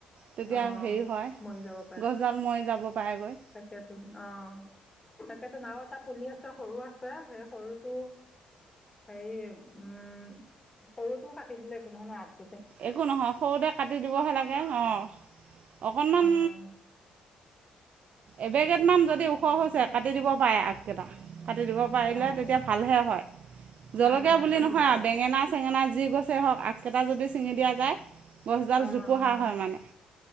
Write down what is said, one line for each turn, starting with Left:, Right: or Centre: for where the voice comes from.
Right: তেতিয়া
Left: অ
Right: হেৰি হয়
Left: মৰি যাব পাৰে
Right: গছডাল মৰি যাব পাৰেগৈ।
Left: তাকেতো অ' তাকেতো আও এটা পুলি আছে সৰু আছে সেই সৰুটো হে উম সৰুটো কাটি দিলে কোনো ধৰৰ আগ।
Right: একো নহয় সৰুতে কাটি দিবহে লাগে অঁ অকণমান।
Left: অ', <inaudible>
Right: এবেগেটমান যদি ওখ হৈছে কাটি দিব পাৰে আগ কেইটা। কাটি দিব পাৰিলে
Left: অ',
Right: তেতিয়া ভালহে হয় জলকীয়া
Left: ভাল হয় হয়
Right: বুলি
Left: ন
Right: নহয়
Left: দিব
Right: আৰু
Left: লাগিব
Right: বেঙেনা চেঙেনা যি গছেই হওঁক, আগকেইটা যদি ছিঙি দিয়া যায় গছডাল
Left: অ',
Right: জোপোহা
Left: অ',
Right: হয় মানে,